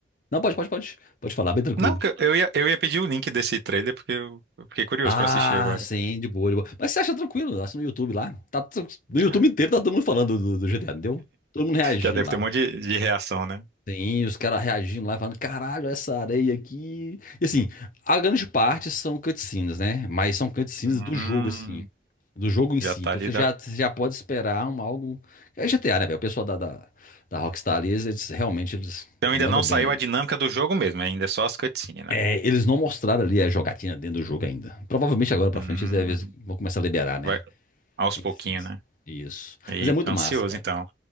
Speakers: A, on the left; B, on the right.
A: Não, pode, pode, pode. Pode falar, bem tranquilo.
B: Não, que eu eu ia, eu ia pedir o link desse trailer porque eu, eu fiquei curioso
A: Ah,
B: pra assistir agora.
A: sim, de boa, de boa. Mas você acha tranquilo, acha no YouTube lá. Tá, no YouTube
B: Ah.
A: inteiro tá todo mundo falando do, do GTA, entendeu? Todo mundo reagindo
B: Já deve
A: lá.
B: ter um monte de, de reação, né?
A: Sim, os caras reagindo lá, falando, caralho, essa areia aqui. E assim, a grande parte são cutscenes, né? Mas são cutscenes
B: Hum,
A: do jogo, assim. Do jogo em
B: já
A: si.
B: tá
A: Então
B: ali.
A: você
B: Da...
A: já, você já pode esperar um algo. É GTA, né, velho? O pessoal da, da, da Rockstar ali, eles eles realmente eles
B: Então
A: mandam
B: ainda não saiu
A: bem nisso.
B: a dinâmica do jogo mesmo, ainda é só as cutscenes, né?
A: É, eles não mostraram ali a jogatina dentro do jogo ainda. Provavelmente agora pra
B: Hum,
A: frente eles devem- vão começar a liberar, né?
B: vai aos
A: Tem
B: pouquinhos,
A: que ser assim.
B: né?
A: Isso.
B: E
A: Mas é muito
B: tô ansioso
A: massa, cara.
B: então.